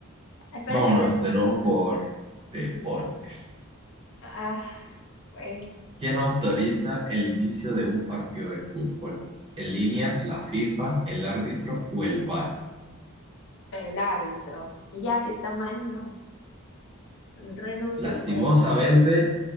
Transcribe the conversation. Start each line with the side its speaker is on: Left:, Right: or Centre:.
Left: Espera
Right: Vámonos
Left: que no.
Right: de nuevo por deportes.
Left: Ah, bueno,
Right: ¿Quién autoriza el inicio de un partido de fútbol? ¿En línea, la FIFA, el árbitro o el VAR?
Left: el árbitro. Y ya, si está mal, no. Renuncio
Right: Lastimosamente,
Left: al juego.